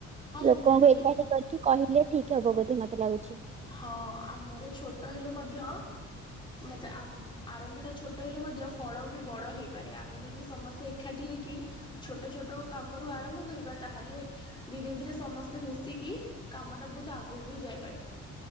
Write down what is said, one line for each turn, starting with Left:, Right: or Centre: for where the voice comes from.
Left: ହଁ
Right: ଲୋକଙ୍କୁ
Left: ନିହାତି।
Right: ଏକାଠି କରିକି କହିଲେ ଠିକ୍ ହବ ବୋଧେ ମତେ ଲାଗୁଛି।
Left: ହଁ ଆମର ଛୋଟ ହେଲେ ମଧ୍ୟ ମତେ ଆମ୍ ଆରମ୍ଭ ଟା ଛୋଟ ହେଲେ ମଧ୍ୟ ଫଳ ବି ବଡ ହେଇପାରେ। ଆମେ ଯେଦି ସମସ୍ତେ ଏକାଠି ହେଇକି ଛୋଟ ଛୋଟ କାମରୁ ଆରମ୍ଭ କରିବା ତାହେଲେ ଧୀରେ ଧୀରେ ସମସ୍ତେ ମିଶିକି କାମ ଟା ବହୁତ୍ ଆଗକୁ ବି ଯାଇପାରେ।